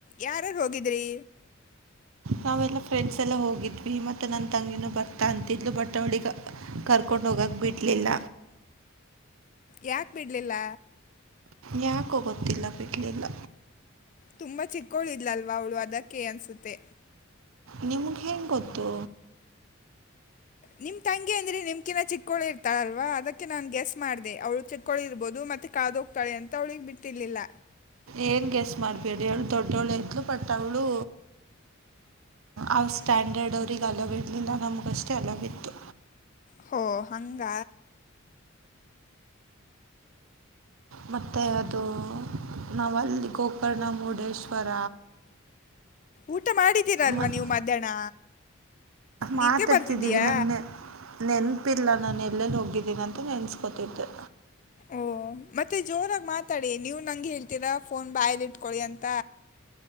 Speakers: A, on the left; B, on the right.
A: ಯಾರಾರು ಹೋಗಿದ್ರಿ
B: ನಾವೆಲ್ಲ ಫ್ರೆಂಡ್ಸ್ ಎಲ್ಲ ಹೋಗಿದ್ವಿ ಮತ್ತುತ್ತೆ ನನ್ನ ತಂಗಿನೂ ಬರ್ತಾ ಅಂತಿದ್ಲು ಬಟ್ಟವಳಿಗೆ ಕರ್ಕೊಂಡ ಹೋಗಕ್ ಬಿಡ್ಲಿಲ್ಲ
A: ಯಾಕ್ ಬಿಡ್ಲಿಲ್ಲ
B: ಯಾಕೋ ಗೊತ್ತಿಲ್ಲ ಬಿಡ್ಲಿಲ್ಲ
A: ತುಂಬಾ ಚಿಕ್ಕೋಳಿದಲಲ್ವ ಅವ್ಳು ಅದಕ್ಕೆ ಅನ್ಸುತ್ತೆ
B: ನಿ ಮುುಖೆ ಗೊತ್ತು
A: ನಿಮ್ಮ ತಂಗಿ ಅಂದ್ರಿ ನಿಮ್ಕಿಿನ ಚಿಕ್ಕಳು ಇರ್ತಾಳಲ್ವಾ ಅದಕ್ಕೆ ನಾನು ಗೆಸ್ ಮಾಡಿದೆ ಅವಳು ಚಿಕ್ಕಳು ಇರ್ಬೋದು ಮತ್ತೆ ಕಾದುೋಗ್ತಾಳೆ ಅಂತ ಅವಳಿಗೆ ಬಿಟ್ಟಿರ್ಲಿಲ್ಲ
B: ಏನು ಗೆಸ್ ಮಾಡಬೇಡಿ ಅವಳು ದೊಡ್ಡವಳು ಇದ್ದ್ಳು ಬಟ್ ಅವಳು ಅವ ಸ್ಟ್ಯಾಂಡರ್ಡ್ ಅವ್ರಿಗೆ ಅಲ ಇರಲಿಲ್ಲ ನಮಗಷ್ಟೇ ಅಲವಿತ್ತು
A: ಹ ಹಂಗ
B: ಮ ಅದು ನಾವಲ್ಲಿ ಗೋಕರ್ಣ ಮುರುಡೇಶ್ವರ
A: ಊಟ ಮಾಡಿದ್ದೀರಲ್ವಾ
B: ಮತ್ತು
A: ನೀವು್ ಮಧ್ಯಾಹ್ನ ನಿದ್ದೆ
B: ಮಾತಾಡ್ತಿದ್ದೀವಿ
A: ಬರ್ತಿದ್ದೀಯಾ
B: ನಂಗೆ ನೆನಪಿಲ್ಲ ನಾನು ಎಲ್ಲೆಲ್ಲಿ ಹೋಗಿದ್ದೀನಿ ಅಂತ ನೆನ್ಸ್ಕೊತಿದ್ದೆ
A: ಓಹ ಮತ್ತೆ ಜೋರಾಗಿ ಮಾತಾಡಿ ನೀವು ನಂಗೆ ಹೇಳ್ತೀರಾ ಫೋನ್ ಬಾಯಲಿ ಇಟ್ಕೊೊಳ್ಳಿ ಅಂತ